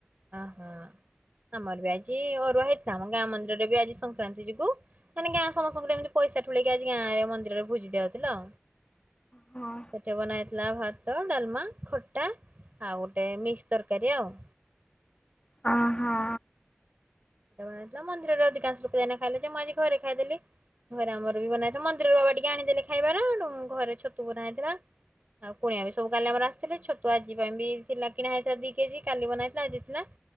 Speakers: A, on the right (about 40°); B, on the left (about 25°).
A: ଓହୋ, ଆମର ବି ଆଜି ଅରୁଆ ହେଇଥିଲା ଆମ ଗାଁ ମନ୍ଦିରରେ ବି ଆଜି ସଂକ୍ରାନ୍ତି ଯୋଗୁ ମାନେ ଗାଁ ସମସ୍ତଙ୍କ ଏମିତି ପଇସା ଠୁଳେଇକି ଆଜି ଗାଁରେ ମନ୍ଦିରରେ ଭୋଜିି ଦିଆହଉଥିଲା।
B: ହଁ
A: ସେଠି ବନା ହେଇଥିଲା ଭା ଭାତ, ଡାଲମା, ଖଟା, ଆଉ ଗୋଟେ ମିକ୍ସ ତରକାରୀ ଆଉ।
B: ଆ ହା।
A: ଏଇଆ ବନା ହେଇଥିଲା ମନ୍ଦିର ରେ ଅଧିକାଂଶ ଲୋକ ଜାଇକିନା ଖାଇଲେ ଯେ ମୁଁ ଆଜି ଘରେ ଖାଇଦେଲି। ଘରେ ଆମର ବି ବନାଇଥିଲା ମନ୍ଦିରର ବାବା ଟିକେ ଆଣିଦେଲେ ଖାଇବାର ଘରେ ଛତୁ ବନା ହେଇଥିଲା। ଆଉ କୁଣିଆ ବି ସବୁ କାଲି ଆମର ଆସିଥିଲେ ଛତୁ ଆଜି ପାଇଁ ବି ଥିଲା କିଣା ହେଇଥିଲା ଦି କେଜି କାଲି ବନାହେଇଥିଲା ଆଜି ଥିଲା।